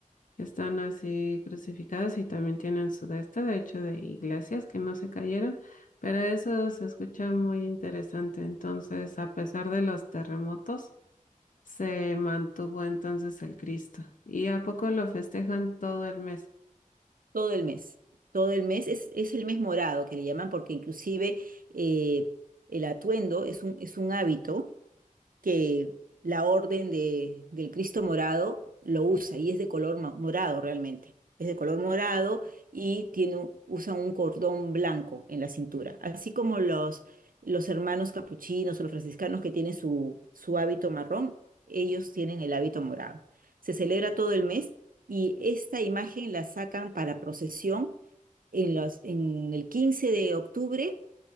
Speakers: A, on the left; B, on the right.
A: que están así crucificados y también tienen su de este, de hecho de iglesias que no se cayeron, pero eso se escucha muy interesante. Entonces, a pesar de los terremotos, Se mantuvo entonces el Cristo. ¿Y a poco lo festejan todo el mes?
B: todo el mes. Todo el mes es, es el mes morado que le llaman porque inclusive eh, el atuendo es un, es un hábito que la orden de, del Cristo morado lo usa y es de color ma- morado realmente. Es de color morado y tiene, un- usa un cordón blanco en la cintura, así como los, los hermanos capuchinos o los franciscanos que tienen su, su hábito marrón, ellos tienen el hábito morado. Se celebra todo el mes y esta imagen la sacan para procesión en los, en el 15 de octubre,